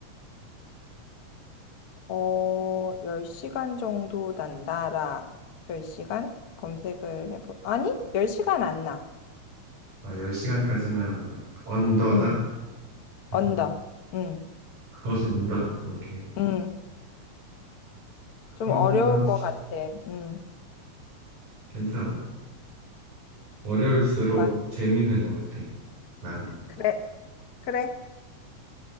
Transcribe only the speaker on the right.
아, 10시간까지는 안 나. 언더다?
<laughs>
언더. 오케이.
그러면
괜찮아. 어려울수록
재밌는 것 같아. 나는.